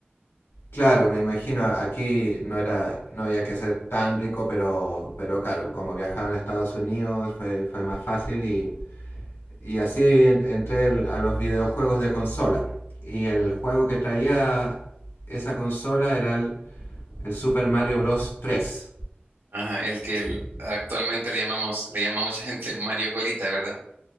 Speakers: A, on the left; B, on the right.
A: Claro, me imagino, aquí no era, no había que ser tan rico, pero, pero claro, como viajaron a Estados Unidos fue, fue más fácil y, y así en- entré el- a los videojuegos de consola. Y el juego que traía esa consola era el, el Super Mario Bros. tres,
B: Ajá, el que el- actualmente le llamamos, le llama mucha gente Mario Colita, ¿verdad?